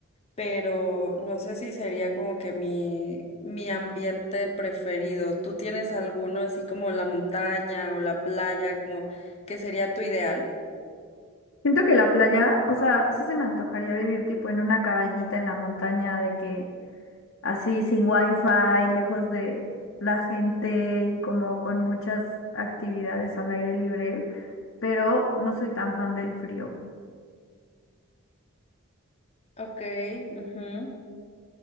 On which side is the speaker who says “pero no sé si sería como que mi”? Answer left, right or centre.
Left